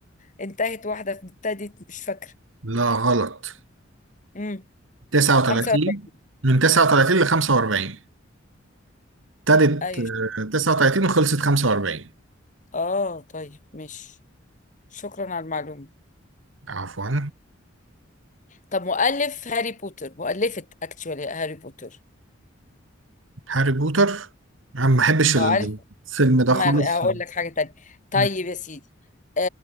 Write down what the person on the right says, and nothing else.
لا غلط
39
من 39 ل 45 ابتدت
آه، 39 وخلصت 45
عفوا
هاري بوتر انا ما بحبش الفيلم
ده
خالص
م.